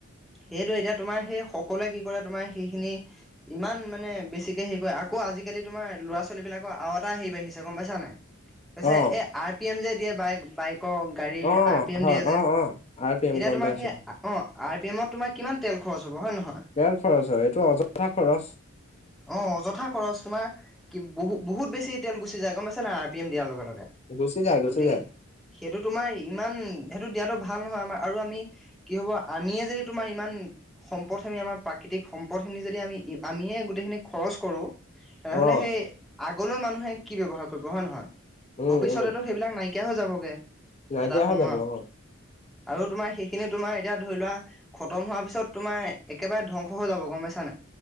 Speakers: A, in the centre; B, on the left.
A: সেইটো এতিয়া তোমাৰ সেই সকলোৱে কি কৰে তোমাৰ সেইখিনি- ইমান মানে বেছিকে হেৰি কৰে আকৌ আজিকালি তোমাৰ ল'ৰা ছোৱালী বিলাক- আৰু এটা হেৰি বাঢ়িছে গম পাইছা নাই পছে
B: অ
A: এই আৰ পি এম যে দিয়ে বাইক বাইকৰ- গাড়ীৰ
B: অ
A: আ পি এম
B: হয়
A: দিয়ে যে
B: অ অ আৰ পি এম
A: এতিয়া
B: গম
A: তোমাৰ
B: পাইছো
A: সেই গা- অঁ আৰ পি এমত তোমাৰ কিমান তেল খৰচ হ'ব হয় নহয়।
B: তেল খৰচ হয় এইটো অযথা খৰচ।
A: অঁ অযথা খৰচ তোমাৰ কি বহু- বহুত বেছি তেল গুছি যায় গম পছা নাই আৰ পি এম দিয়াৰ লগে লগে।
B: গুচি যায় গুচি
A: গতিকে
B: যায়।
A: সেইটো তোমাৰ ইমান সেইটো দিয়াতটো ভাল নহয় আমাৰ আৰু আমি- কি হ'ব আনিয়ে যদি তোমাৰ ইমান- সম্পদখিনি আমাৰ প্ৰাকৃতিক সম্পদখিনি যদি আমি আমিয়ে গোটেইখিনি খৰচ কৰোঁ। তেনেহলে
B: অ
A: সেই আগলৈ মানুহে কি ব্যৱ্হাৰ কৰিব হয় নহয়
B: উম
A: ভৱিষ্যতেতো
B: উম
A: সেইবিলাক নাইকিয়া- থিকেয় হৈ যাবগে
B: নাইকিয়া
A: এটা সময়ত
B: হৈ যাব অ
A: আৰু তোমাৰ সেইখিনি তোমাৰ এতিয়া ধৰি লোৱা- খতম হোৱাৰ পিছত তোমাৰ একেবাৰে ধ্বংস হৈ যাব গম পাইছা নাই।